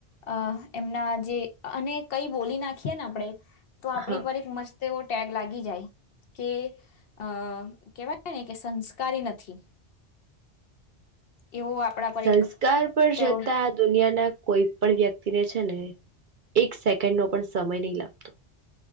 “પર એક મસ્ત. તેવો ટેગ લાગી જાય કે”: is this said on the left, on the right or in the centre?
Left